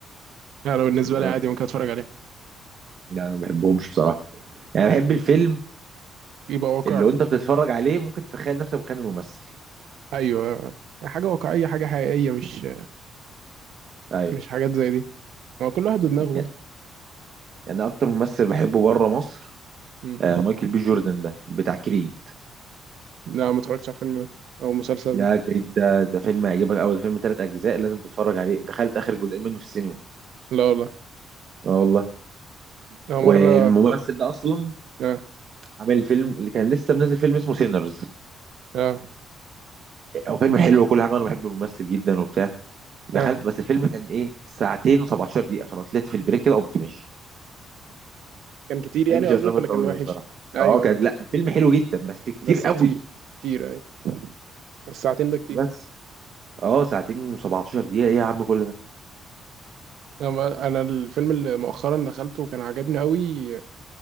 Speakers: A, on the right (about 75°); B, on the right (about 60°).
A: انا بالنسبه
B: انا
A: لي عادي ممكن اتفرج عليها
B: يعني أنا ما بحبهمش بصراحه يعني بحب الفيلم
A: يبقى واقعي
B: اللي وانت بتتفرج عليه ممكن تتخيل نفسك مكان الممثل
A: ايوه حاجه واقعيه حاجه حقيقيه مش
B: ايوه
A: مش حاجات زي دي هو كل واحد ودماغه برضه
B: يعني يعني أنا اكتر ممثل بحبه بره مصر
A: مم.
B: آه، مايكل بي جوردن ده بتاع كريد
A: لا ما اتفرجتش على الفيلم ده او المسلسل
B: ده
A: ده
B: كريد ده ده فيلم هيعجبك قوي ده فيلم ثلاث اجزاء لازم تتفرج عليه دخلت اخر جزئين منه في السينما
A: لا والله
B: اه والله
A: هو
B: والممثل
A: مره
B: ده اصلا
A: اه
B: عامل فيلم اللي كان لسه منزل فيلم اسمه سينرز
A: اه
B: هو فيلم حلو وكل حاجه وانا بحب الممثل جدا وبتاع دخلت
A: اه
B: بس الفيلم كان ايه ساعتين و17 دقيقه فانا طلعت في البريك كده قمت ماشي
A: كان كتير يعني
B: ما بحبش
A: قصدك
B: الافلام الطويله
A: ولا كان وحش
B: بصراحه
A: ايوه
B: اه كان لا الفيلم حلو جدا بس كتير
A: بس
B: قوي
A: كتير كتير أي الساعتين ده كتير
B: بس اه ساعتين و17 دقيقه ايه يا عم كل ده
A: أنا أنا الفيلم اللي مؤخرا دخلته كان عجبني قوي